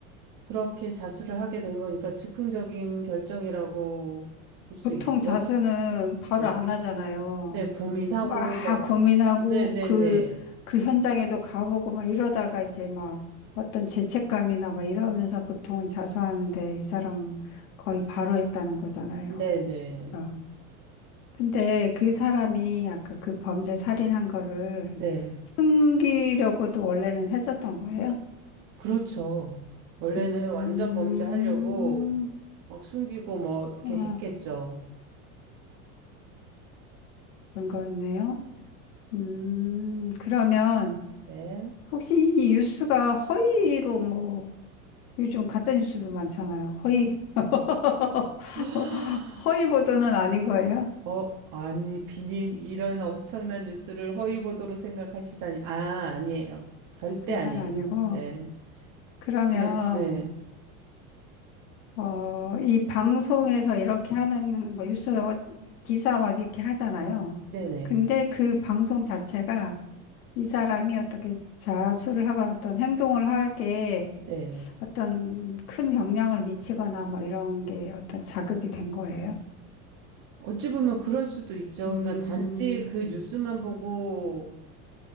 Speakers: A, on the right; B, on the left.
A: 그렇게 자수를 하게 된 거니까 즉흥적인 결정이라고 볼 수
B: 보통
A: 있죠.
B: 자수는 바로
A: 네.
B: 안 하잖아요.
A: 네, 고민하고
B: 막
A: 뭐
B: 고민하고
A: 네, 네,
B: 그,
A: 네.
B: 그 현장에도 가보고 막 이러다가 이제 막 어떤 죄책감이나 막 이러면서 보통은 자수하는데 이 사람은 거의 바로 했다는 거잖아요.
A: 네, 네.
B: 어. 근데 그 사람이 아까 그 범죄 살인한 거를
A: 네.
B: 숨기려고도 원래는 했었던 거예요?
A: 그렇죠. 원래는
B: 음,
A: 완전 범죄하려고 막 숨기고 뭐 이렇게
B: 아,
A: 했겠죠.
B: 그런 거였네요. 음, 그러면
A: 네.
B: 혹시 이 뉴스가 허위로 뭐 요즘 가짜뉴스도 많잖아요. 허위, <laughs>
A: <gasps>
B: 허위 보도는 아닌 거예요.
A: 어, 아니, 비님, 이런 엄청난 뉴스를 허위 보도로 생각하시다니. 아, 아니에요. 절대
B: 그건
A: 아니에요.
B: 아니고.
A: 예.
B: 그러면,
A: 그냥, 네.
B: 어, 이 방송에서 이렇게 하는, 뭐, 뉴스 어- 기사 막 이렇게 하잖아요.
A: 네네.
B: 근데 그 방송 자체가 이 사람이 어떻게 자수를 하거나 어떤 행동을 하게
A: 네.
B: 어떤 큰 영향을 미치거나 막 이런 게 어떤 자극이 된 거예요.
A: 어찌 보면 그럴 수도 있죠.
B: 음,
A: 그러니까 단지 그 뉴스만 보고,